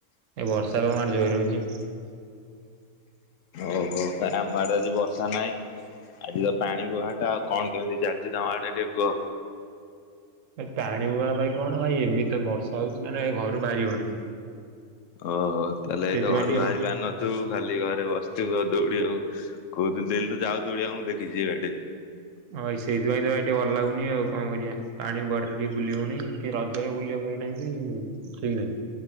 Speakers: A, on the right; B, on the left.
A: ଏଇ ବର୍ଷା ବା ଆମ ଆଡେ ଜୋର ହଉଛି।
B: ଓହୋ ଆମ ଆଡେ ଆଜି ବର୍ଷା ନାଇଁ। ଆଜି ତ ପାଣି ବୁହାଟା ଆଉ କଣ କେମିତି ଚାଲିଚି ତମ ଆଡ଼େ ଟିକେ କୁହ?
A: ଏ ପାଣି ବୁହା ପାଇ ଭାଇ କଣ ଭାଇ ଏମିତି ବର୍ଷା ହଉଛି ମାନେ ଏ ଘରୁ ବାହାରି ହଉନି।
B: ଓହୋ ତାହେଲେ
A: ସେଇଥିପାଇଁ
B: ଏଇତ ଘରୁ
A: ଟିକେ
B: ବାହାରିବ
A: ହଁ
B: ଆନ ତୁ ଖାଲି ଘରେ ବସିଥିବୁ ଆଉ ଦୌଡ଼ିଆକୁ କହୁଥିଲି ଡ଼େଲି ତ ଯାଉ ଦୌଡ଼ିବା ମୁଁ ଦେଖିଚି ଏଇ ବାଟେ।
A: ହଁ ଭାଇ ସେଇଥି ପାଇଁ ତ ଭାଇ ଟିକେ ଭଲ ଲାଗୁନି ଆଉ କଣ କରିବା ପାଣି ବୁହାଟା ରେ ଟିକେ ବୁଲି ହଉନି। କି ରଜରେ ବୁଲି ହବ କି ନାଇଁ କି ଠିକ ନାହିଁ।